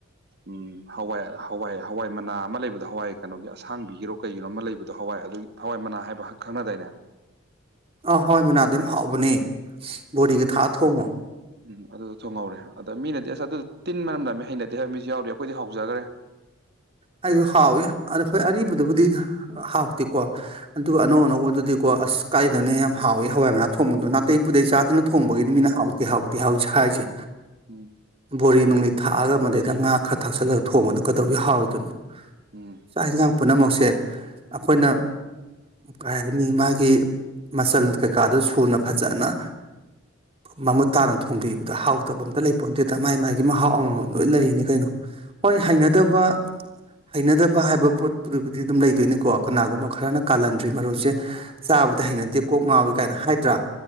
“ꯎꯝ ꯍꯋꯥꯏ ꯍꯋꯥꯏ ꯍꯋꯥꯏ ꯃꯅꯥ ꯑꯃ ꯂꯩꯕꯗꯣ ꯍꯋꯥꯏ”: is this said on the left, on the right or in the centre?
Right